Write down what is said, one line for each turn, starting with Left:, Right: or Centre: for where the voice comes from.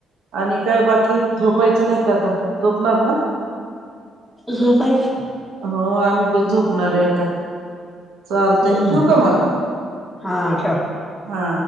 Right: आणि काय बाकी झोपायचं नाही का आता झोपणार ना?
Centre: झोपायच.
Right: हो आम्ही पण झोपणार आहे आता. चालतंय
Centre: हम्म
Right: ठेवू का मग
Centre: हा ठेव
Right: हा?